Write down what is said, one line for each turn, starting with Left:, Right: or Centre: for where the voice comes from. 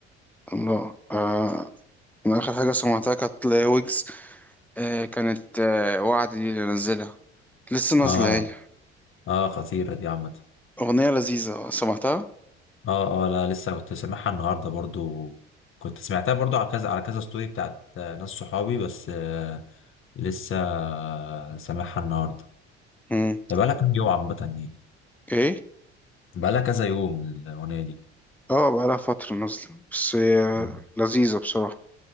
Centre: الله آه انا اخر حاجة سمعتها كانت لويجز آه كانت آه وعد دي اللي نزلها لسه نازلة
Left: آه
Centre: هي
Left: آه خطيرة دي عامة
Centre: اغنية لذيذة سمعتها
Left: آه آه لا لسه كنت سامعها النهاردة برضو كنت سمعتها برضو على كذا على كذا ستوري بتاعت آه، ناس صحابي بس آه لسه آه، سامعها النهاردة
Centre: مم.
Left: ده بقالها كام يوم عامة يعني
Centre: ايه
Left: بقالها كذا يوم الأغنية دي
Centre: اه بقالها فترة نازلة بس هي
Left: مم.
Centre: لذيذة بصراحة